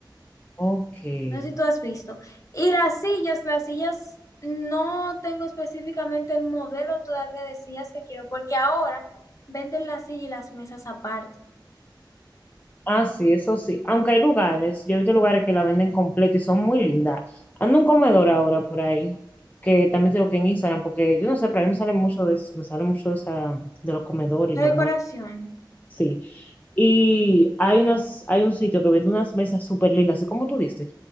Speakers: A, on the left; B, on the left.
A: Ok, sí.
B: No sé si tú has visto. Y las sillas, las sillas, no tengo específicamente el modelo todavía de sillas que quiero, porque ahora venden las sillas y las mesas aparte.
A: Ah, sí, eso sí. Aunque hay lugares, yo he visto lugares que la venden completa y son muy lindas. Ando un comedor ahora por ahí, que también tengo que en Instagram, porque yo no sé, pero a mí me sale mucho de eso, me sale mucho de, esa, de los comedores
B: La
A: y los
B: decoración.
A: muebles. Sí. Y hay unas, hay un sitio que vende unas mesas súper lindas, así como tú dices,